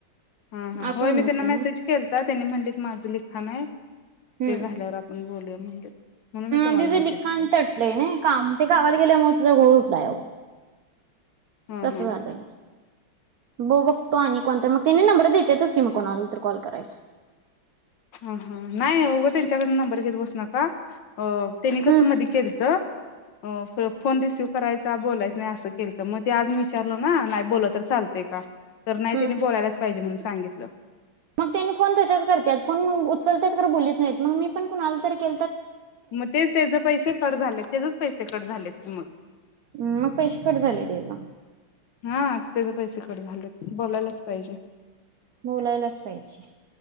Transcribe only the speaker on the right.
असं
होऊन
बसलंय.
हम्म
अ तिझे
लिखाण
तटलंय ना काम ते गावाला गेल्यामुळे तिचा घो <unintelligible>
तस
झालंय बघु बघतो आणि कोणत मग त्याने नंबर देतेतच की मी कोणाला तर कॉल करायला.
हम्म
हम्म
मग त्यांनी फोन तशच करत फोन उचलतात तर बोलत नाहीत मग मी पण कुणाला तर के
हम मग पैशकट झाले तेव्हा.
बोलायलाच पाहिजे